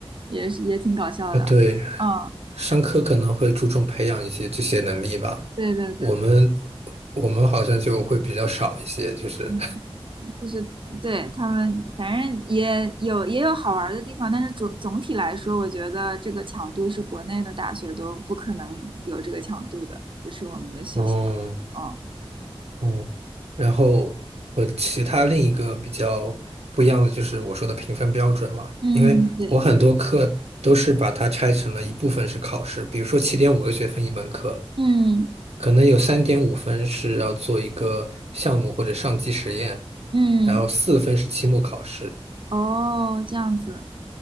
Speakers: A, on the right; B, on the right.
A: 也是也挺搞笑的。
B: 啊，对，
A: 嗯，
B: 商科可能会注重培养一些这些能力吧，
A: 对对对对，
B: 我们我们好像就会比较少一些，就是
A: 嗯。就是对他们，反正也有也有好玩儿的地方，但是总总体来说，我觉得这个强度是国内的大学都不可能有这个强度的，就是我们的学校。
B: <laughs>，哦，
A: 哦，
B: 嗯，然后我其他另一个比较不一样的就是我说的评分标准嘛，
A: 嗯，
B: 因为我很多课都是把它拆成了一部分是考试，
A: 对，
B: 比如说七点五个学分一门课，
A: 嗯
B: 可能有三点五分是要做一个项目或者上机实验，
A: 嗯，
B: 然后四分是期末考试，
A: 哦，这样子，